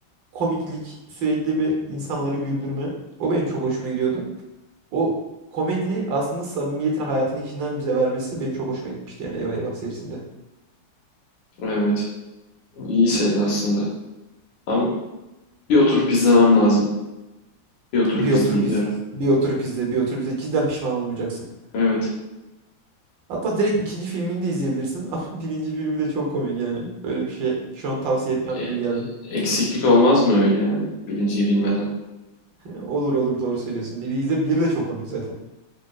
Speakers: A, on the right; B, on the left.
A: komiklik, sürekli bir insanları güldürme. O benim çok hoşuma gidiyordu. O komediyi aslında samimiyetin hayatın içinden bize vermesi benim çok hoşuma gitmişti yani Eyvah Eyvah serisinde.
B: Evet. İyi seri aslında. Ama bir oturup izlemem lazım. Bir oturup
A: Bir
B: izleyeyim
A: oturup iz
B: bir ara.
A: bir oturup izle, bir oturup izle cidden pişman olmayacaksın.
B: Evet.
A: Hatta direkt ikinci filmini de izleyebilirsin <laughs> ama birinci filmi de çok komik yani. Öyle bir şey şu an tavsiye etmem
B: E,
A: gibi geldi.
B: eksiklik olmaz mı öyle yani birinciyi bilmeden?
A: Olur olur doğru söylüyorsun. Biri izle bir de çok komik zaten.